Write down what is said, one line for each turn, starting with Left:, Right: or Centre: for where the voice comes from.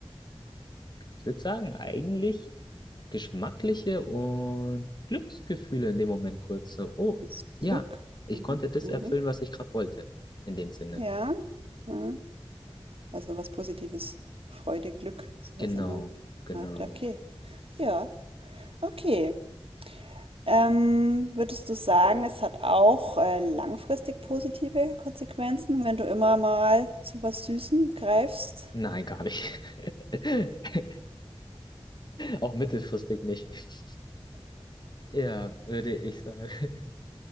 Left: ich würde sagen, eigentlich geschmackliche und Glücksgefühle in dem Moment kurz. So, oh,
Right: Das
Left: ja,
Right: Glück.
Left: ich
Right: Mhm.
Left: konnte das
Right: Mhm.
Left: erfüllen, was ich gerade wollte. In dem Sinne.
Right: Ja. Mhm. Also was Positives. Freude, Glück, sowas
Left: Genau,
Right: in der
Left: genau.
Right: Art. Okay. Ja, okay. Ähm, würdest du sagen, es hat auch äh, langfristig positive Konsequenzen, wenn du immer mal zu was Süßem greifst?
Left: Nein, gar nicht. <laughs> Auch mittelfristig nicht. Ja, würde ich sagen. <laughs>